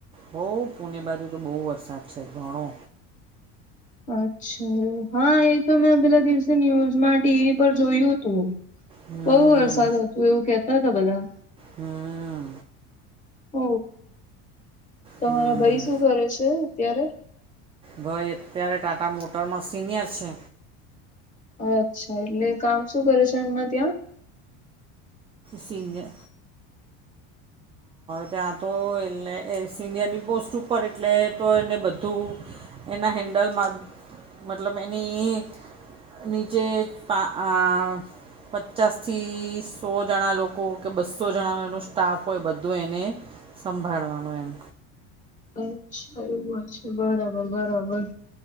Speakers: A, on the right; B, on the left.
A: હોઉ પુણે બાજુ તો બહુ વરસાદ છે ઘણો.
B: અચ્છા. હા, એ તો મેં પેલા દિવસે ન્યુઝમાં ટીવી પર જોયું હતું.
A: હમ
B: બઉુ વરસાદ હતો એવું કેહતા હતા બધા.
A: હમ.
B: હ, તમારા
A: હમ
B: ભાઈ શું કરે છે? અત્યારે.
A: ભાઈ અત્યારે ટાટા મોટરમાં સિનિયર છે.
B: અચ્છા. એટલે કામ શું કરે છે? એમના ત્યાં.
A: સિનિયર. ત્યાં તો એટલે, સિનિયરની પોસ્ટ ઉપર એટલે તો એને બધું એના હેન્ડલમાં મતલબ એની નીચે પા આ પચાસથી સો જણા લોકો કે બસો જણાનો એનો સ્ટાફ કોઈ બધું એને સંભાળવાનું એમ
B: અચ્છા એવું હોય છે બરાબર બરાબર